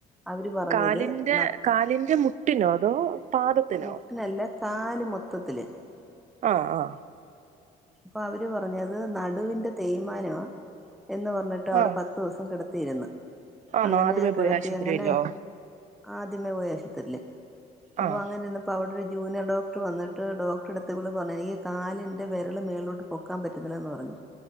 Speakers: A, in the centre; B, on the right (about 45°).
A: അവർ പറഞ്ഞത്
B: കാലിന്റെ
A: ന
B: കാലിന്റെ മുട്ടിനോ അതോ പാദത്തിനോ
A: മുട്ടിനല്ല കാല് മൊത്തത്തില്
B: ആആ
A: അപ്പൊ അവര് പറഞ്ഞത് നടുവിന്റെ തേയ്മാന എന്ന് പറഞ്ഞിട്ട് അവിടെ
B: ആഹ്
A: പത്തു ദിവസം കിട തീരുന്ന്
B: ആന്നോ
A: അങ്ങനെ
B: ആദ്യമേ പോയി
A: കിടത്തി
B: ആശുപത്രിയിലോ
A: അങ്ങനെ ആദ്യമേ പോയ ആശുത്രില്
B: ആഹ്
A: അപ്പോൾ അങ്ങനെ വന്നപ്പോ അവിടെ ഒരു ജൂനിയർ ഡോക്ടർ വന്നട്ട് ഡോക്ടറെടുത്ത് വിള് പറഞ്ഞു കാലിന്റെ വിരല് മേലോട്ട് പൊക്കാൻ പറ്റുന്നിഇല്ലന്ന് പറഞ്ഞു